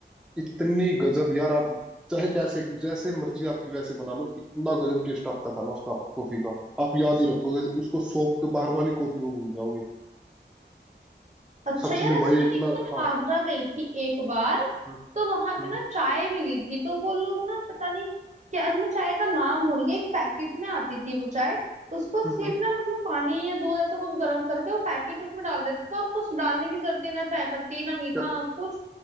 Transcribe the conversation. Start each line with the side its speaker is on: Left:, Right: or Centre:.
Centre: इतनी गजब यार आप चाहे कैसे जैसे मर्जी आपकी वैसे बना लो इतना गजब टेस्ट आता था ना उसका कॉफी का आप याद ही रखोगे उसको सौंफ के बाहर वाली कॉफी को भूल जाओगे
Right: अच्छा
Centre: सच
Right: यार
Centre: में
Right: ऐसे
Centre: भाई
Right: ना
Centre: इतना
Right: एक ना मैं
Centre: हाँ
Right: आगरा गई थी एक बार
Centre: हम्म,
Right: तो वहां पे
Centre: हम्म।
Right: ना चाय मिली थी तो वो लोग ना पता नहीं क्या मैं चाय का नाम भूल गई एक पैकेट में आती थी वो चाय उसको सिर्फ
Centre: हम्म हम्म,
Right: ना मतलब पानी या दूध ऐसा कुछ गर्म करके वो पैकेट उसमें डाल देते थे और कुछ डालने की जरूरत ही ना चाय पत्ती ना मीठा
Centre: क्या
Right: ना कुछ